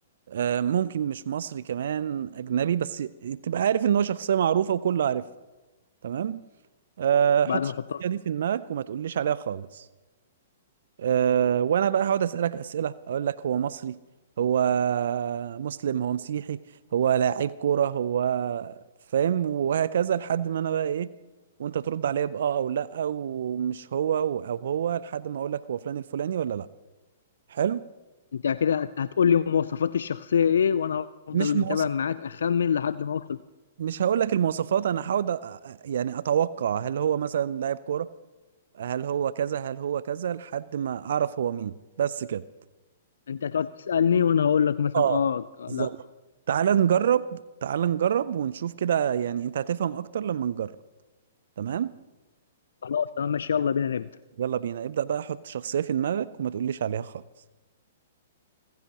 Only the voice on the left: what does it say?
بعد
ما احطها
انت كده هتقول لي مواصفات الشخصية ايه وانا هفضل
متابع معاك اخمن لحد ما اوصل
انت هتقعد تسألني وانا هقول لك مثلا
اه آه،
لا
خلاص تمام ماشي يلا بينا نبدأ